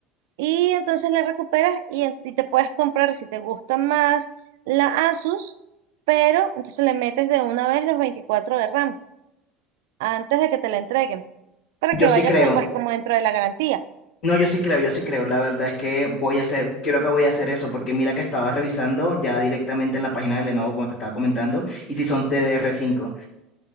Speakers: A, on the right (about 65°); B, on the left (about 55°).
A: y entonces la recuperas y, en- y te puedes comprar, si te gusta más, la Asus, pero entonces le metes de una vez los 24 de RAM antes de que te la entreguen, para
B: Yo
A: que
B: sí
A: vaya
B: creo.
A: co- pues como dentro de la garantía.
B: No, yo sí creo, yo sí creo. La verdad es que voy a hacer, creo que voy a hacer eso, porque mira que estaba revisando ya directamente en la página de Lenovo, como te estaba comentando, y si son de DR5.